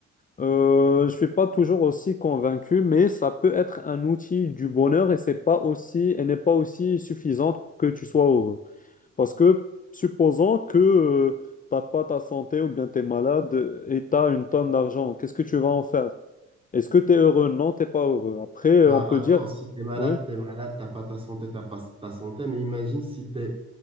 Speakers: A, on the left; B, on the right.
A: Euh, je suis pas toujours aussi convaincu, mais ça peut être un outil du bonheur et c'est pas aussi, elle n'est pas aussi suffisante pour que tu sois heureux. Parce que supposons que euh, t'as pas ta santé ou bien tu es malade et tu as une tonne d'argent, qu'est-ce que tu vas en faire? Est-ce que tu es heureux? Non, t'es pas heureux. Après, euh,
B: Bah
A: on peut
B: attends,
A: dire,
B: si t'es malade,
A: oui.
B: t'es malade, t'as pas ta santé, t'as pas ta santé, mais imagine si t'es